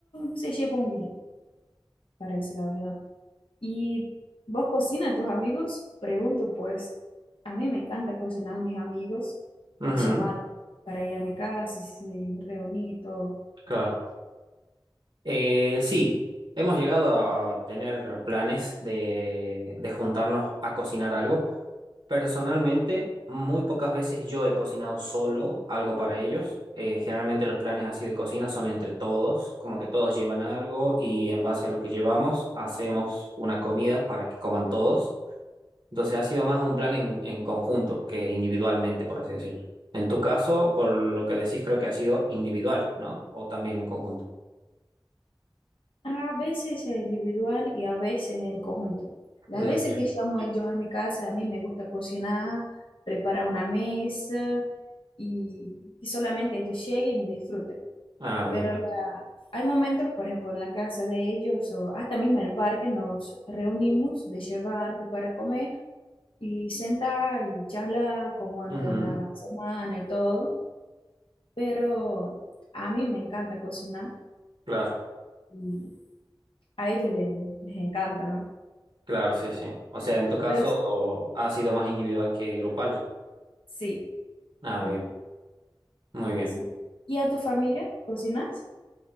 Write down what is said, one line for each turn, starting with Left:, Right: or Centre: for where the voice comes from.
Left: se llevan bien, para decir la verdad. ¿Y vos cocinas a tus amigos? Pregunto, pues a mí me encanta cocinar a mis amigos
Right: Bien.
Left: y
Right: Ujú,
Left: llamar para ir a mi casa y se- reunir y todo.
Right: claro. Eh, sí, hemos llegado a, a tener planes de, de juntarnos a cocinar algo. Personalmente, muy pocas veces yo he cocinado solo algo para ellos. Eh, generalmente los planes así de cocina son entre todos, como que todos llevan algo y en base a lo que llevamos hacemos una comida para que coman todos. Entonces ha sido más un plan en, en conjunto que individualmente, por así decirlo. En tu caso, por lo que decís, creo que ha sido individual, ¿no? O también en conjunto.
Left: A veces es individual y a veces en conjunto. Las
Right: Mm.
Left: veces
Right: Bien.
Left: que llamo a ellos a mi casa, a mí me gusta cocinar, preparar una mesa y, y solamente ellos lleguen y disfruten.
Right: Ah,
Left: Pero
Right: bien.
Left: la- hay momentos, por ejemplo, en la casa de ellos o hasta mismo en el parque nos reunimos de llevar algo para comer y senta y charla cómo anda
Right: Ujú.
Left: la semana y todo, pero a mí me encanta cocinar
Right: Claro,
Left: y a ellos les, les encanta, ¿no?
Right: claro, sí, sí. O sea, en tu caso
Left: Pero
Right: ha sido más individual que grupal.
Left: sí,
Right: Ah,
Left: sí,
Right: bien, muy
Left: sí,
Right: bien.
Left: sí. ¿Y a tu familia cocinas?